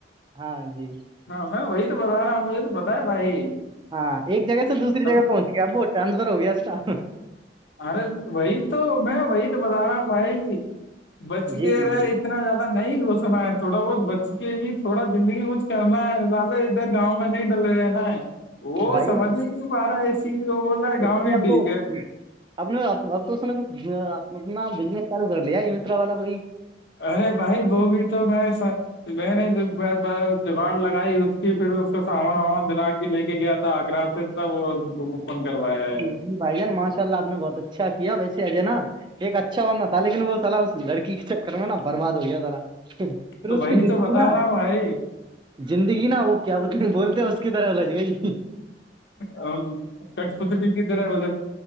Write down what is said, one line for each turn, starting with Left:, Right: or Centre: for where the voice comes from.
Right: ہاں جی
Left: ہاں میں وہی تو بتا رہا ہوں مجھے تو پتا ہے بھائی
Right: ہاں ایک جگہ سے دوسری
Left: تب
Right: جگہ پہنچ گیا اب وہ ٹرانسفر ہو گیا اس کا
Left: ارے وہی تو میں وہی تو بتا رہا ہوں بھائی بچ
Right: جی
Left: کے
Right: جی
Left: رہے
Right: جی
Left: اتنا زیادہ نہیں گھسنا ہے تھوڑا بہت بچ کے بھی تھوڑا زندگی کچھ کرنا ہےے ادھر گاؤں میں میں نہیں ڈلے رہا نا وہ
Right: بھائی
Left: سہد ہی نہیں پا رہا ہے ای چیز بول رہا ہے گاؤں
Right: اس نے
Left: ہی
Right: آپ
Left: ٹھیک
Right: کو
Left: ہے
Right: اب نے ا اب تو اس نے کچھ اپنا بزنس چالو کر لیا اترا والا بئی
Left: ارے بھائی ب بھی تو میں میں نے جگاڑ لگائی اس پھر اس کو سامان وامان دلا کے لے کے گیا تھا آگرہ سے سب اوپن کروایا ہے
Right: جی بھائی جان ماشاء اللہ آپ نے بہت اچھا کیا ویسے ہےجے نا ایک اچھا بندہ تھا لیکن وہ سلا اس لڑکی کے چر میں نا برباد ہو گیا سلا پھر
Left: تو
Right: اس
Left: وہی
Right: کی
Left: تو
Right: زندگی
Left: بتا
Right: نا
Left: رہا ہوں بھائی
Right: زندگی نا وہ کیا بتل بولتے ہیں اس کی طرح ال لج گئی
Left: ہ کٹ پتلیکراد